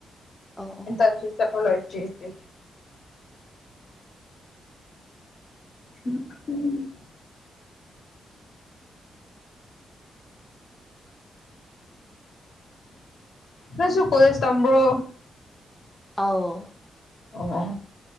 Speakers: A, in the centre; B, on the left (about 60°).
A: ꯑꯧ ꯑꯧ
B: ꯑꯦ ꯆꯁꯦꯄꯂꯣꯏꯔꯤ ꯎꯝꯍꯝ ꯅꯪꯁꯨ ꯀꯣꯂꯦꯖ ꯇꯝꯕ꯭ꯔꯣ
A: ꯑꯥꯎ
B: ꯑꯣ ꯑꯣ